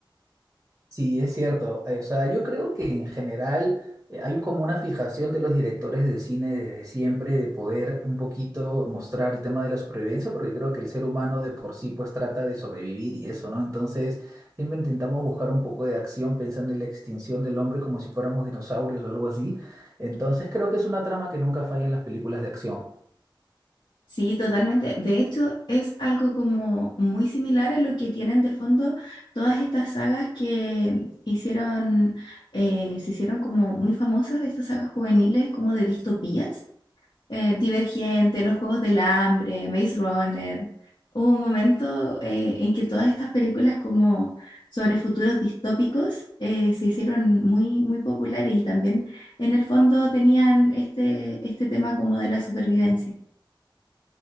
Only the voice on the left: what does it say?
Sí, totalmente. De hecho, es algo como muy similar a lo que tienen de fondo todas estas sagas que hicieron, eh, se hicieron como muy famosas, estas sagas juveniles como de distopías eh, Divergente, los Juegos del Hambre, Maze Runner. Hubo un momento eh, en que todas estas películas como sobre futuros distópicos eh, se hicieron muy, muy populares y también en el fondo tenían este, este tema como de la supervivencia.